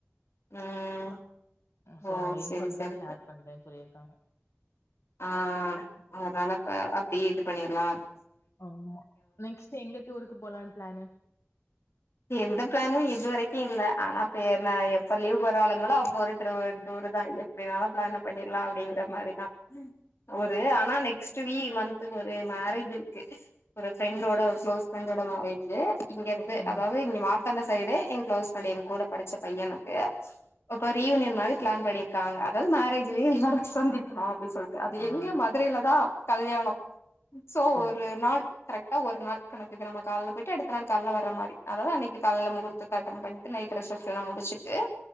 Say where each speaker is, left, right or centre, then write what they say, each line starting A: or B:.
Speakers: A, on the left; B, on the left.
A: ம்
B: சோ
A: ஓ
B: அவங்க லிங்க்
A: செரி
B: வந்துா
A: செரி
B: ஷேர்
A: செ
B: பண்றேன்னு சொல்லியிருக்காங்க
A: ஆ அதனால இப்பே அப்டியே இது பண்ணிடலா
B: ஆ நெக்ஸ்ட் எங்க டூருக்கு போலான் பிளானு
A: எந்த பிளானு இது வரைக்கு இல்ல ஆனாப்ப எப்ப லீவ் போற ஆளுங்களோ அப்ப ஒரு டூர் அதுதா எப்டினாலு பிளான பண்ணிடலா அப்டிங்கற மாரிதா ஒரு ஆனா நெக்ஸ்ட் வீ மந்த்த் ஒரு மேரேஜ் இருக்கு ஒரு ஃப்ரெண்டோட ஒரு க்ளோஸ் ஃப்ரெண்டோட இந்தாமா வெஜ்ஜு இங்க
B: ம்.
A: அதாது இங்க மார் அந்த சைடு என் க்ளோஸ் ஃபிரெண்டு எ கூட படுச்ச பையனுக்கு அப்ப ரீயூனிய மாரி பிளான் பண்ணிருக்காங்க அதாது மேரேஜ்லேயேல்லாரு சந்திப்போ அப்டின்னு சொல்ட் அது
B: ஆ
A: எங்க
B: அந்த
A: மதுரையில
B: மாரி.
A: தா கல்யாணோ சோ
B: சரி.
A: ஒரு நாள் கரெக்ட் ஒரு நாள் கணக்கு நம் காலயிட்டு அடுத்த நாள் கால வர மாரி அததா அன்னைக்கு கால முகூர்தத்த அட்டன் பண்ணிட்டு நைட் ரிசப்ஷன்லா முடிச்சிட்டு